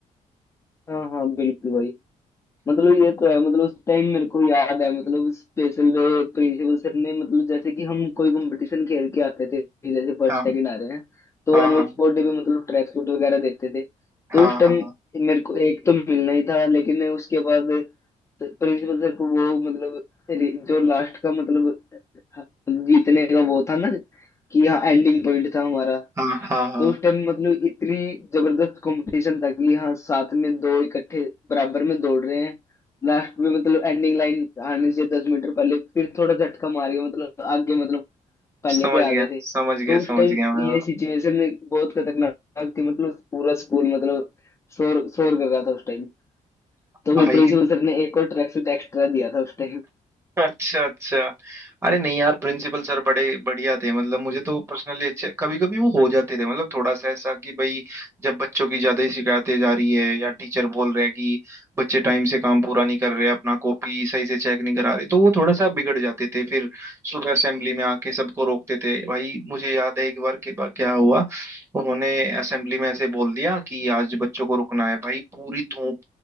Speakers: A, on the left; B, on the right.
A: हाँ हाँ बिल्कुल भाई मतलब ये तो है मतलब उस टाइम मेरे को याद है मतलब स्पेशल वे प्रिंसिपल सर ने मतलब जैसे कि हम कोई कंपटीशन खेल के आते थे जैसे फर्स्ट
B: हाँ
A: सेकंड आ रहे हैं तो
B: हाँ
A: एनुअल
B: हाँ
A: स्पोर्ट डे पे मतलब ट्रैक सूट वगैरह देते थे
B: हाँ
A: तो उस टाइम
B: हाँ
A: मेरे को एक तो मिलना ही था लेकिन उसके बाद प्रिंसिपल सर को वो मतलब रि- जो लास्ट का मतलब हाँ, जीतने का वो था ना कि हाँ एंडिंग पॉइंट था हमारा
B: हाँ हाँ हाँ
A: तो उस टाइम मतलब इतनी जबरदस्त कंपटीशन था कि हाँ साथ में दो इकट्ठे बराबर में दौड़ रहे हैं लास्ट में मतलब एंडिंग लाइन आने से दस मीटर पहले फिर थोड़ा झटका मार के मतलब आगे मतलब पहले
B: समझ
A: पे
B: गया
A: आ गए थे
B: समझ गया
A: तो उस
B: समझ
A: टाइम
B: गया मैं
A: ये सिचुएशन बहुत खतरनाक थी मतलब पूरा स्कूल मतलब शोर शोर कर रहा था उस टाइम तो
B: भाई
A: फिर प्रिंसिपल सर ने एक और ट्रैक सूट एक्स्ट्रा दिया था उस टाइम
B: अच्छा अच्छा अरे नहीं यार प्रिंसिपल सर बड़े बढ़िया थे मतलब मुझे तो पर्सनली अच्छे कभी कभी वो हो जाते थे मतलब थोड़ा सा ऐसा कि भाई जब बच्चों की ज्यादा ही शिकायतें जा रही है या टीचर बोल रहे हैं कि बच्चे टाइम से काम पूरा नहीं कर रहे अपना कॉपी सही से चेक नहीं करा रहे तो वो थोड़ा सा बिगड़ जाते थे फिर सुबह असेंबली में आके सबको रोकते थे भाई मुझे याद है एक बार के बा- क्या हुआ उन्होंने असेंबली में ऐसे बोल दिया कि आज बच्चों को रुकना है भाई पूरी धूप